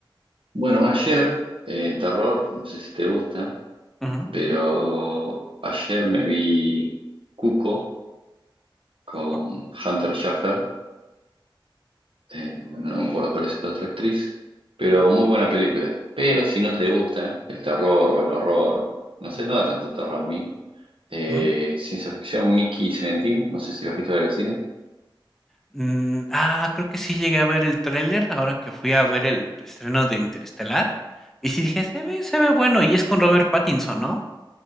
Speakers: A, on the right (about 80°); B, in the centre.
A: Bueno, ayer, eh, terror, no sé si te gusta,
B: Ujú.
A: pero ayer me vi Cuco con
B: Coco.
A: Hunter Schafer. Em, no me acuerdo cuál es la otra actriz, pero
B: Ujú,
A: muy buena película. Pero si no te gusta el terror o el horror, o, no sé,
B: ujú,
A: nada tanto terror a mí. eh,
B: ujú.
A: ciencia ficción, Mickey y Seventeen, no sé si lo has visto en el cine.
B: Mm, ah, creo que sí llegué a ver el tráiler ahora que fui a ver el estreno de Interestelar. Y sí dije, se ve, se ve bueno. Y es con Robert Pattinson, ¿no?